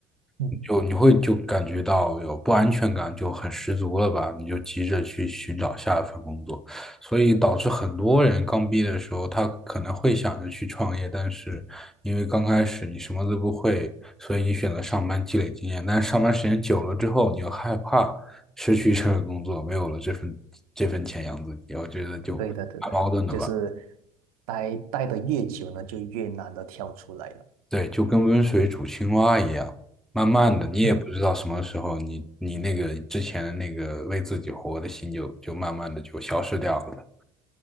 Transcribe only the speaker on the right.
嗯，
对的，对的，就是待待的越久呢，就越难的跳出来了。
嗯